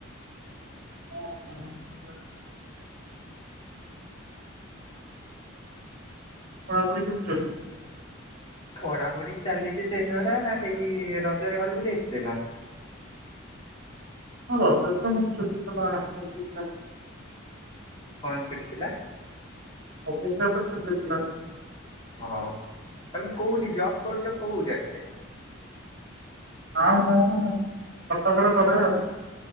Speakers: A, on the right; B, on the left.
A: <unintelligible> ପଢାପୁଢି କେମିତି ଚାଲିଚି?
B: ପଢାପଢି ଚାଲିଚି ସେଇଭଳିଆ। ଏଇ ରଜରେ ଘରକୁ ଯାଇଥିଲେ ନା?
A: ହଁ ରଜରେ ତ ମୋର ଛୁଟିଥଲା। ଆ ଇ ଟି ଷ୍ଟାପରେ।
B: କଣ ଛୁଟି ଥିଲା?
A: ଅଫିସ୍ ଷ୍ଟାପ୍ ରେ ଛୁଟି ଥିଲା।
B: ଓହୋ ତମେ କୋଉଠି ଜବ୍‌ କରୁଚ କୋଉ ଜାଗାରେ?
A: ଆ ମୁଁ କଟକରେ କରେ ଆଉ।